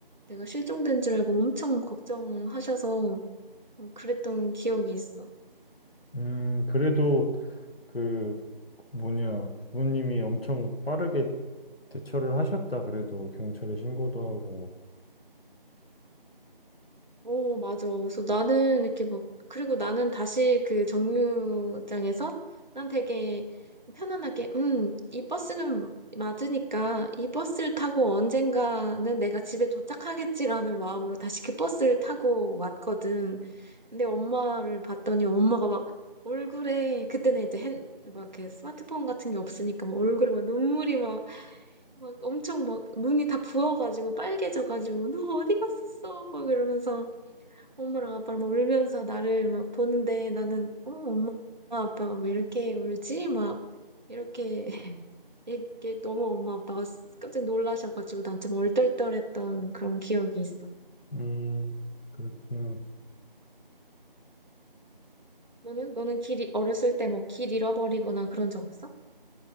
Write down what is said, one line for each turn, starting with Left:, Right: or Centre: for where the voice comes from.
Right: 내가 실종된 줄 알고 엄청 걱정하셔서, 어, 그랬던 기억이 있어.
Left: 음, 그래도 그 뭐냐 부모님이 엄청 빠르게 대처를 하셨다. 그래도 경찰에 신고도 하고.
Right: 어, 맞아. 그래서 나는 이렇게 막, 그리고 나는 다시 그 정류장에서 난 되게 편안하게, 음, 이 버스는 맞으니까 이 버스를 타고 언젠가는 내가 집에 도착하겠지라는 마음으로 다시 그 버스를 타고 왔거든. 근데 엄마를 봤더니 엄마가 막 얼굴에, 그때는 이제 핸, 막 이렇게 스마트폰 같은 게 없으니까 막 얼굴에 막 눈물이 막, 막 엄청 막 눈이 다 부어가지고 빨개져가지고 너 어디 갔었어? 막 이러면서 엄마랑 아빠랑 막 울면서 나를 막 보는데 나는 어 엄마 아빠가 왜 이렇게 울지? 막 이렇게 <laughs> 이게 너무 엄마 아빠가 깜짝 놀라셔가지고 난 좀 얼떨떨했던 그런 기억이 있어.
Left: 음, 그렇구나.
Right: 너는? 너는 길, 잃- 어렸을 때 뭐 길 잃어버리거나 그런 적 없어?